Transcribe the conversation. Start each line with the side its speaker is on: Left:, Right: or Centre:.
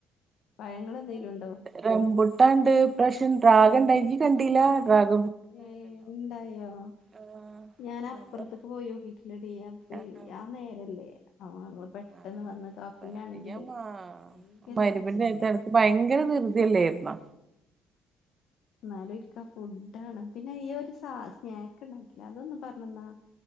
Left: പഴങ്ങൾ എന്തെങ്കിലും ഉണ്ടോ
Right: റംബൂട്ടാൻണ്ട് ഇപ്രശ്യം ഡ്രാഗൺ ഉണ്ടായി ഇയ്യ് കണ്ടീല്ല ഡ്രാഗ
Left: ഏഹ് ഉണ്ടായോ
Right: ആഹ്
Left: ഞാൻ അപ്പുറത്തേക്ക്
Right: നമ്മള്
Left: പോയോക്കീട്ടില്ലടീ അപ്പ
Right: ആഹ്
Left: ആ നേരല്ലേ <unintelligible> ഞങ്ങള് പെട്ടെന്ന്
Right: ആഹ്
Left: വന്ന് കാക്കുനാണെങ്കില്
Right: ഞാൻ മാ
Left: ഭയങ്കര
Right: മഗ്‌രിബിന്റെ
Left: അർജന്റായി
Right: നേരത്ത് അനക്ക്
Left: <unintelligible>
Right: ഭയങ്കര ധൃതിയല്ലേയിരുന്നോ
Left: എന്നാലും <unintelligible> ഫുഡ് <unintelligible> പിന്നെ ഇയ്യ് ഒരു സ സ്നാക്ക് ഉണ്ടാക്കില്ലേ അതൊന്ന് പറഞ്ഞന്നാ